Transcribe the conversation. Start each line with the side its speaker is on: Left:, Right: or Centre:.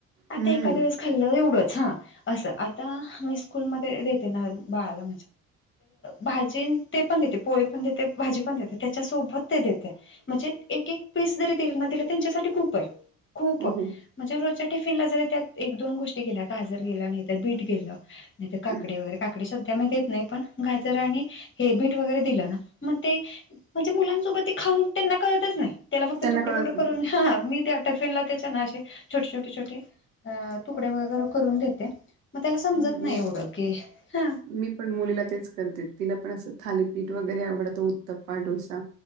Left: आता
Right: हम्म.
Left: एका दिवस खाल्लं एवढंच हा असं आता मी स्कूलमध्ये देते ना बाळाला भाजी ते पण द पोळी पण देते भाजी पण देते त्याच्यासोबत ते देते. म्हणजे एक एक पीस जरी दिलं त्यांच्यासाठी खूप आहे खूप
Right: हो.
Left: म्हणजे रोजच्या टिफिनला जरी त्यात एक दोन गोष्टी गेल्या गाजर गेलं नाही तर बीट गेलं नाही ते काकडी
Right: हं.
Left: वगैरे काकडी सध्या मी देत नाही पण गाजर आणि हे बीट वगैरे दिलं मग ते म्हणजे मुलांसोबत ते खाऊन त्यांना करळतच नाही त्याला फक्त
Right: त्यांना
Left: तुकड,
Right: कळत
Left: तुकड
Right: नाही.
Left: करून मी त्या टफिनला त्या असे छोटे, छोटे, छोटे तुकडे वगैरे करून देते. मग त्याला समजत
Right: ह
Left: नाही
Right: मी,
Left: एवढं की हा
Right: मी पण मुलीला तेच करते तिला पण असं थालीपीठ वगैरे आवडतो उत्तप्पा डोसा